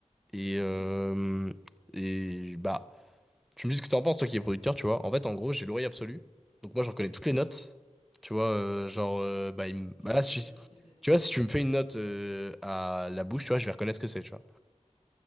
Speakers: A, in the centre; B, on the left.
A: Et,
B: Mhm.
A: euh, et bah, Tu me dis ce que t'en penses, toi qui es producteur, tu vois. En fait, en gros, j'ai l'oreille absolue. Donc moi, je reconnais toutes les notes. Tu vois, euh, genre, euh, bah, il me-
B: Ouais,
A: bah,
B: je
A: là,
B: vois,
A: si-
B: je vois ce que c'est.
A: tu vois, si tu me fais une note euh, à la bouche, tu vois, je vais reconnaître ce que c'est, tu vois.